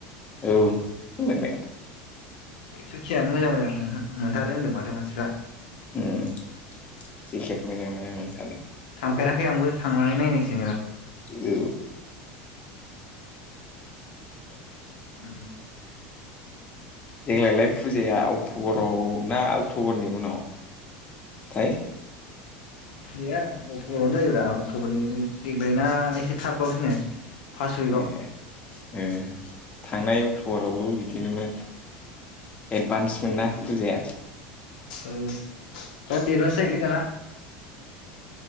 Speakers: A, on the left; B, on the left.
A: औ ओमोननायालाय
B: एक्सुखियानो मोजां मोजां नोंहो मोनथारो होनदों माथो मानसिफ्रा
A: ओम जेकेट मोजां मोजां मोनथारो
B: फेराखै आंबो थांनानै नायनोसैनि एबार
A: औ <inaudible>
B: ओम
A: देग्लायलाय फुजाया अक्ट'बराव ना अक्ट'बरनि उनाव थाय
B: गैया अक्ट'बरावनो योब्रा अक्ट'बरनि देग्लायना एसे थाब बावसोनो फास उइकाव
A: ए ओ थांनाय अक्ट'रावबो बिदिनोमोन एडभान्समोन ना? पुजाया
B: औ ब्राद देरभास जायोलै दाना